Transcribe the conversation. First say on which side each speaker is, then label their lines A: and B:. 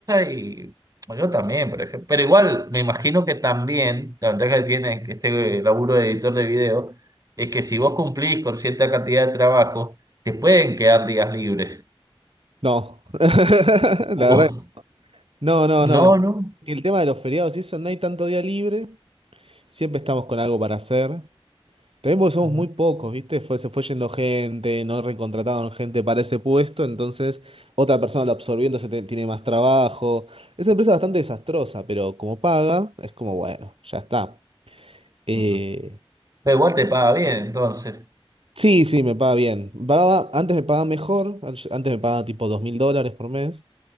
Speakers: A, on the right; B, on the right.
A: y bueno, yo también, por ejemplo. Pero igual, me imagino que también la ventaja que tiene este laburo de editor de video es que si vos cumplís con cierta cantidad de trabajo, te pueden quedar días libres.
B: no. <laughs> La verdad.
A: Ujú. <laughs>
B: No, no,
A: No,
B: no.
A: no.
B: El tema de los feriados y eso, no hay tanto día libre. Siempre estamos con algo para hacer. También porque somos
A: Ujú,
B: muy pocos, ¿viste? Fue, se fue yendo gente, no recontrataban gente para ese puesto, entonces otra persona lo absorbiendo se te- tiene más trabajo. Es una empresa bastante desastrosa, pero como paga, es como bueno, ya está. Eh,
A: ujú. Pero igual te paga bien, entonces.
B: sí, sí, me paga bien. Pagaba, antes me pagaba mejor, an- antes me pagaba tipo dos mil dólares por mes,